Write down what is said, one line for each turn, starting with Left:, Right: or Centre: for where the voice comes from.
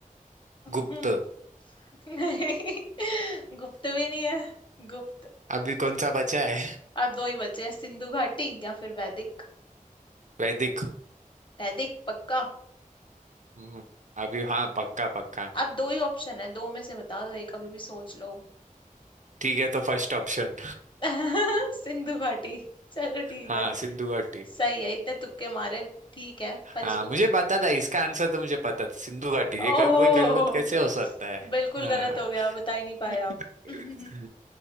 Left: हम्म,
Right: गुप्त
Left: नहीं गुप्त भी नहीं है गुप्त
Right: अभी कौन सा बचा है
Left: अब दो ही बचे हैं सिंधु घाटी या फिर वैदिक
Right: <laughs> वैदिक
Left: वैदिक पक्का
Right: हम्म, अभी हाँ पक्का पक्का
Left: अब दो ही ऑप्शन है दो में से बता दो एक अभी भी सोच लो
Right: ठीक है तो फर्स्ट ऑप्शन
Left: <laughs> सिंधु घाटी चलो ठीक
Right: हाँ
Left: है
Right: सिंधु घाटी
Left: सही है इतने तुक्के मारे ठीक है पर
Right: हाँ
Left: इसको
Right: मुझे पता था इसका आंसर तो मुझे पता था सिंधु घाटी
Left: ओह
Right: ये क- कोई गलत कैसे हो सकता है
Left: बिल्कुल
Right: हाँ
Left: गलत हो गया
Right: <laughs>
Left: बता ही नहीं पाए आप <laughs>